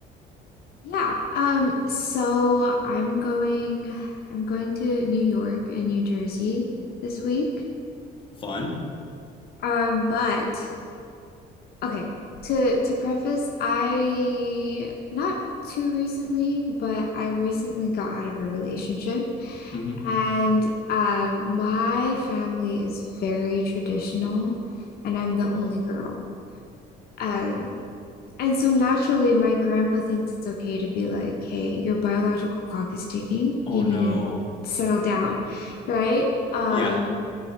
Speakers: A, on the left; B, on the left.
A: Yeah. Um, so I'm going I'm going to New York and New Jersey this week.
B: Fun?
A: Um, but okay, to to preface, I not too recently, but I recently got out of a relationship
B: hmm
A: and um my family is very traditional and I'm the only girl. Um, And so naturally, my grandpa thinks it's okay to be like, hey, your biological clock is ticking.
B: Oh
A: You need
B: no.
A: to settle down, right? Um,
B: Yeah.